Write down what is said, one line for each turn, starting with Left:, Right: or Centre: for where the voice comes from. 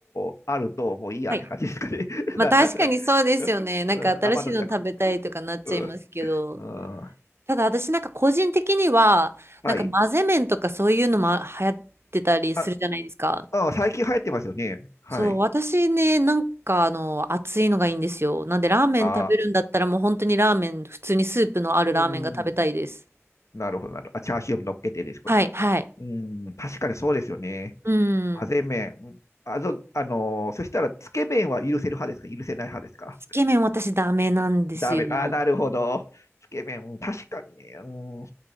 Left: ーあるともういいやって感じですかね。
Right: はい
Left: <laughs>
Right: まあ、
Left: な、
Right: 確かにそうですよね。
Left: なんすかね。うん、
Right: なんか新しいの食べたいとかなっちゃいますけど。
Left: うん天の弱。うん、うん
Right: ただ、私なんか個人的には、
Left: はい。
Right: なんか混ぜ麺とかそういうのも流行ってたりするじゃないですか。
Left: あ、ああ、最近流行ってますよね。はい。
Right: そう、私ね、なんかあの、熱いのがいいんですよ。なんで、ラーメン食べるんだったらもう本当にラーメン、
Left: ああ、
Right: 普通にスープのあるラーメンが食べたいです。
Left: うん。なるほど、なるほど。あ、チャーシューも乗っけてですかですか。
Right: はい、はい。
Left: うん。確かにそうですよね。
Right: うん。
Left: 混ぜ麺。うんあの、あのーそしたら、つけ麺は許せる派ですか許せない派ですか
Right: つけ麺私ダメなんですよ。
Left: ダメ。ああ、なるほど。つけ麺。うん確かにね。うん。